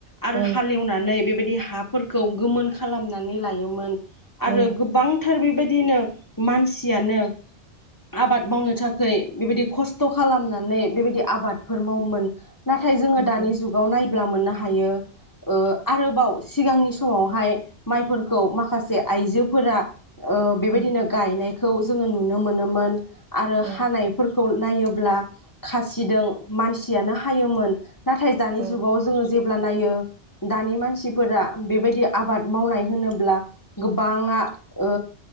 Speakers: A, on the left; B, on the right.
A: आरो
B: औ
A: हालेवनानै बेबायदि बे हाफोरखौ गोमोन खालामनानै लायोमोन। आरो
B: औ
A: गोबांथ फोर बेबायदि बिदिनो मानसियानो आबाद मावनो थाखाय बेबायदि खस्थ' खालामनानै बेबायदि आबादफोर मावोमोन नाथाय जोङो
B: नंगौ
A: दानि जुगाव नाय ब्ला मोननो हायो ओ आरोबाव सिगांनि समावहाय माइफोरखौ माखासे आइजोफोरा ओ बेबायदिनो
B: उम
A: गायनाय खौ जोङो नुनो मोनोमोन आरो
B: औ
A: हानायफोरखौ नायोब्ला खासिदों मानसियानो हायोमोन। नाथाय दानि
B: औ
A: जुगाव जोङो जेब ब्ला नायो दानि मानसिफोरा बेबायदि आबाद मावनाय होनोब्ला गोबाङा ओ